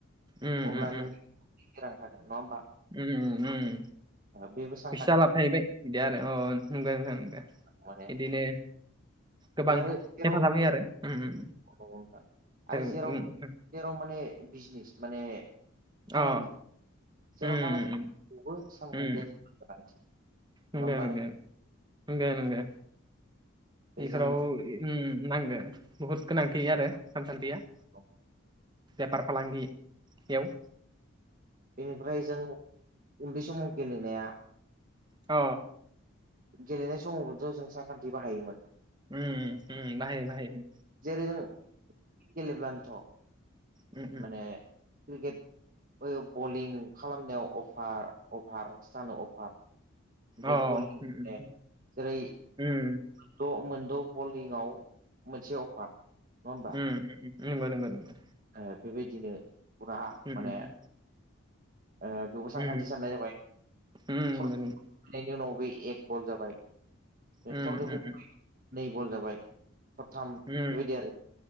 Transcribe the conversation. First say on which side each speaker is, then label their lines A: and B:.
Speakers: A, on the right; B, on the right.
A: उम
B: अब्ला नोंनि नैजि रां थागोन नङा ओमबा?
A: उम उम
B: बेबो सा
A: एसेया लाब फाबाय बिदि आरो अ नंगो नोंथां नंगो
B: माने
A: इदिनो गोबां
B: बे आरो जेराव
A: हेफाजाब होयो आरो उम उम
B: नंगौ नोंथां
A: औ
B: आरो जेराव
A: उम उम
B: जेराव माने बिजनिस माने फालांगि
A: अ
B: जेराव
A: उम
B: फालांगि बेयावबो सानखान्थिया
A: उम
B: जोबोद गोनांथि।
A: नंगो
B: नङा होमबा
A: नंगो नंगो नंगो
B: बेजों
A: इफोराव उम नांगो बुहुद गोनांथि आरो सानखान्थिया।
B: औ
A: बेफार फालांगियाव।
B: बेनिफ्राय जों उन्दै समाव गेलेनाया
A: अ
B: गेलेनाय समावबोथ' जों सानखान्थि बाहायोमोन
A: ओ ओ बाहायो बाहायो
B: जेरै जों गेलेब्लानोथ'
A: उम
B: माने क्रिकेट बै बलिं खालामनायाव अफार अफार सानो अफार
A: अ
B: बे बलिं
A: उम
B: माने जेरै द'
A: उम
B: मोनद' बलिंआव मोनसे अफार नङा होमबा
A: ओ नंगौ नंगौ नंगौ
B: ओ बेबायदिनो फुरा
A: उम
B: माने बेबो सानखान्थि
A: उम
B: साननाय जाबाय
A: उम
B: <unintelligible> फैनायनि
A: नंगौ नंगौ
B: उनाव बे एक बल जाबाय बे
A: उम
B: थरनैखौ नै बल जाबाय थरथाम
A: उम
B: बेबायदि आरो